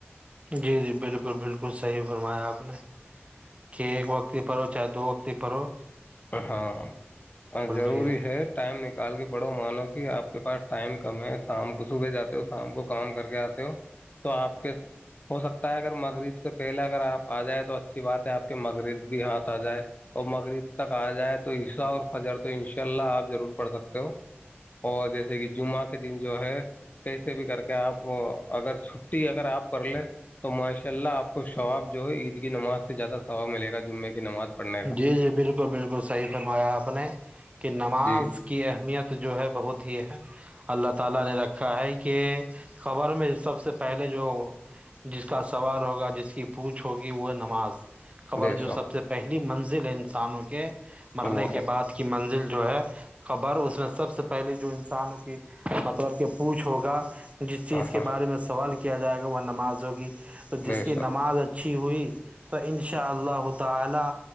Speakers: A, on the right (about 30°); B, on the left (about 40°).
A: جی جی بالکل بالکل صحیح فرمایا آپ نے کہ ایک وقتتی پر ہو چاہے دو وقت پر ہو
B: ہاں ضروری
A: جی جی
B: ہے ٹائم نک نکال کے پڑھو مانو کہ آپ کے پاس ٹائم کم ہے شام کو صبح جاتے ہو شام کو کام کر کے آتے ہو تو آپ کے ہو سکتا ہے اگر مغرب سے پہلے اگر آپ آ جائ تو اچ بات ہے آپ کے مغرب بھی ہاتھ آ جائے اور مغرب تک آ جائے تو حصہ اور حضر تو ان شاء اللہ آپ ضرور پڑک تو اور جیسے کہ جمعہ کے دن جو ہے کیسے بھی کر کے آپ اگر چھٹی اگر آپ کر لیں تو ماشاء اللہ آپ کو شواب جو ہے عید کی نماز سے زیادہ واب ملے گا جمعے کی نماز پڑھنے کا
A: جی جی بالکل بالل بالکل صحیح فرمایا آپ نے کہ نماز
B: جی
A: کی اہمیت جو ہے بہت ہی ہے اللہ تعالی نے رکھا ہے کہ قبر میں جو سب سے پہلے جو جس کا سوال ہوگا جس کی پوچھ ہوگی وہ نماز خبر
B: بے
A: جو
B: شک
A: سب سے پہل منزل ہے انسانوں کے مرنے
B: وہ
A: کے
B: ہے
A: بعد کی منزل جو ہے خبر اس میں سب سے پہلے جو انسانوں کی مطلب کہ پوچھ ہوگا جس چیز کے
B: ہاں
A: بارے میں سوال کیا جائے گا وہ نماز جگی تو جس
B: بے
A: کی
B: شک
A: نماز اچھی ہوئی تو ان شاء اللہ تعالی